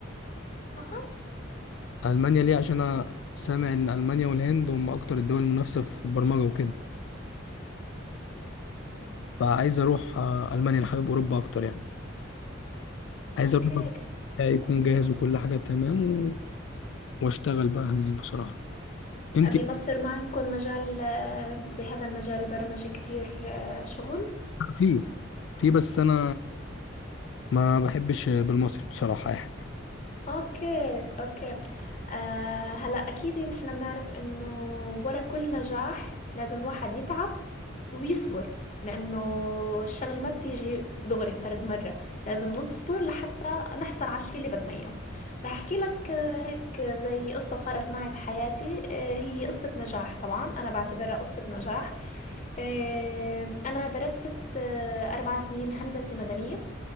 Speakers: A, on the left; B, on the left.
A: أها
B: ألمانيا ليه عشان أنا سامع إن ألمانيا والهند هم أكتر الدول المنافسة في البرمجة وكده فعايز أروح آه، ألمانيا أنا حابب أوروبا أكتر يعني عايز
A: أوكي
B: أروح بس
A: كتير
B: يكون جاهز وكل حاجة تمام و... وأشتغل بقى هناك بصراحة أنت
A: بمصر ما عندكم مجال آه، بهذا المجال البرمجي كتير آه، شغل؟
B: في في بس أنا ما بحبش بالمصري بصراحة يعني
A: اوكي اوكي آه هلا اكيد نحن بنعرف انه ورا كل نجاح لازم الواحد يتعب ويصبر لانه الشغله ما بتيجي دغري فرد مره لازم نصبر لحتى نحصل على الشيء اللي بدنا اياه راح احكي لك آه، هيك زي قصه صارت معي بحياتي آه هي قصه نجاح طبعا انا بعتبرها قصه نجاح آه انا درست آه اربع سنين هندسه مدنيه